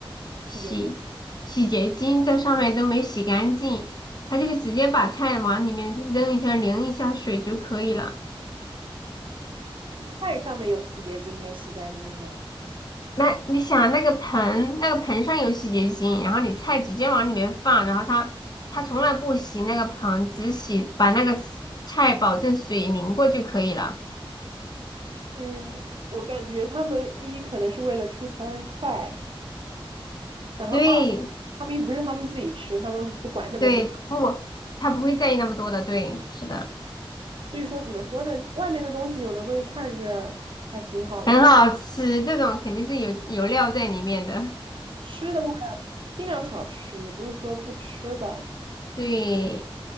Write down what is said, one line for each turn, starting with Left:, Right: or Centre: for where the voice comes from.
Left: 洗洗洁精在上面都没洗干净，
Right: 洗洁精，
Left: 他就直接把菜往里面扔一下，淋一下水就可以了。
Right: 菜上面有洗洁精没洗干净吗？
Left: 那你想那个盆，那个盆上有洗洁精，然后你菜直接往里面放，然后它它从来不洗那个盆，只洗把那个 s- 菜保证水淋过就可以了。
Right: 嗯，我感觉他们一可能是为了出餐快，然后二，
Left: 对
Right: 他们又不是他们自己吃，他们不管那么多。
Left: 对，不，它不会在意那么多的。对，是的，
Right: 所以说，怎么说呢？外面的东西有的东西看着还挺好的，
Left: 很好吃，
Right: 但
Left: 这种肯定是有有料在里面的。
Right: 吃的话尽量少吃，也不是说不吃吧。
Left: <laughs> 对，